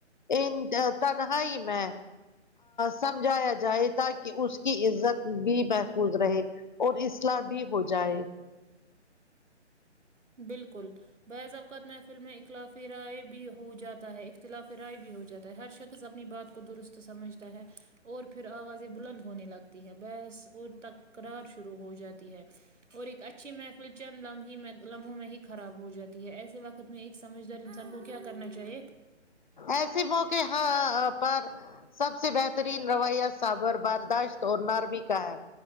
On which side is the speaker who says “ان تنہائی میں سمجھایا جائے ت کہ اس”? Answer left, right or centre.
Left